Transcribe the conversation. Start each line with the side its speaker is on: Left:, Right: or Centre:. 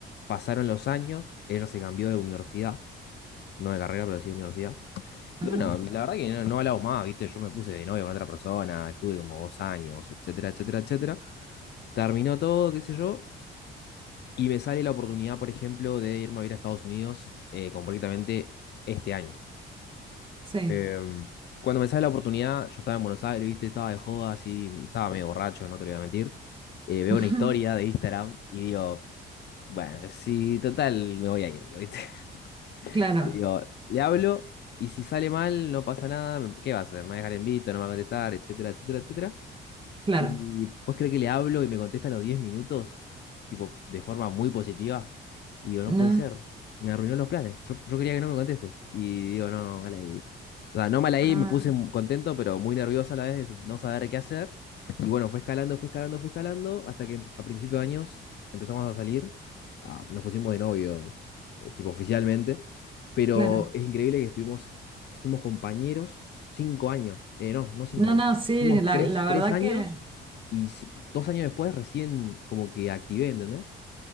Left: pasaron los años, ella se cambió de universidad, no de carrera, pero sí de universidad.
Right: Ah,
Left: Y bueno, la verdad que no, no hablamos más, ¿viste? Yo me puse de novio con otra persona, estuve como dos años, etcétera, etcétera, etcétera. Terminó todo, qué sé yo, y me sale la oportunidad, por ejemplo, de irme a vivir a Estados Unidos eh, concretamente este año.
Right: sí.
Left: Em, cuando me sale la oportunidad, yo estaba en Buenos Aires, viste, estaba de joda, así, estaba medio borracho, no te lo voy a mentir. Eh, veo
Right: <laughs>
Left: una historia de Instagram y digo, bueno, sí, total, me voy a ir, ¿viste? <laughs>
Right: Claro,
Left: Y digo, le hablo y si sale mal, no pasa nada, me- ¿qué va a hacer? ¿Me va a dejar en visto? ¿No me va a contestar? Etcétera, etcétera, etcétera.
Right: claro.
Left: Y pues cree que le hablo y me contesta a los 10 minutos, tipo, de forma muy positiva. Y digo, no
Right: No.
Left: puede ser. Me arruinó los planes. Yo, yo quería que no me conteste. Y digo, no, mal ahí. O sea, no mal ahí,
Right: Ah,
Left: me puse mu- contento, pero muy nervioso a la vez de no saber qué hacer. Y bueno, fue escalando, fue escalando, fue escalando, hasta que a principios de años empezamos a salir. Ah, nos pusimos de novio, eh, tipo oficialmente. Pero
Right: claro.
Left: es increíble que estuvimos, fuimos compañeros cinco años. Eh, no, no cinco
Right: No,
Left: años.
Right: no, sí,
Left: Fuimos
Right: la,
Left: tres,
Right: la
Left: tres
Right: verdad
Left: años
Right: que...
Left: y si- dos años después recién como que activé, ¿entendés?